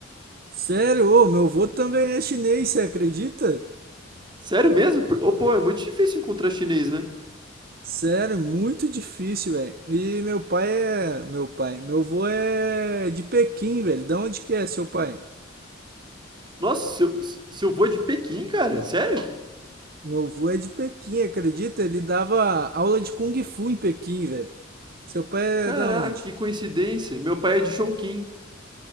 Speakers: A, on the right; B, on the right.
A: Sério, ô, meu avô também é chinês, você acredita?
B: Sério mesmo? Por- Ô, pô, é muito difícil encontrar chinês, né?
A: Sério, muito difícil, velho. E meu pai é. Meu pai. Meu avô é de Pequim, velho. Da onde que é seu pai?
B: Nossa, seu, seu vô é de Pequim, cara? Sério?
A: Meu avô é de Pequim, acredita? Ele dava aula de Kung Fu em Pequim, velho. Seu pai
B: Caraca,
A: é da onde?
B: que coincidência. Meu pai é de Chongqing.